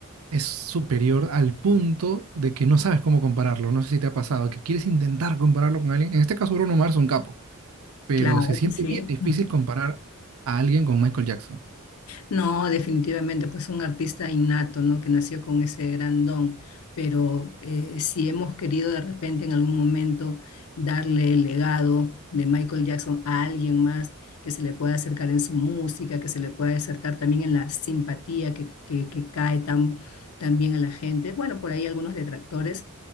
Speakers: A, on the right (about 80°); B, on the left (about 80°).
A: es superior al punto de que no sabes cómo compararlo. No sé si te ha pasado, que quieres intentar compararlo con alguien. En este caso, Bruno Mars es un capo, pero
B: Claro
A: se siente
B: que sí.
A: bien difícil comparar a alguien con Michael Jackson.
B: No, definitivamente, pues un artista innato, ¿no? Que nació con ese gran don, pero eh, si hemos querido de repente en algún momento darle el legado de Michael Jackson a alguien más que se le pueda acercar en su música, que se le pueda acercar también en la simpatía que, que, que cae tan, tan bien a la gente, bueno, por ahí algunos detractores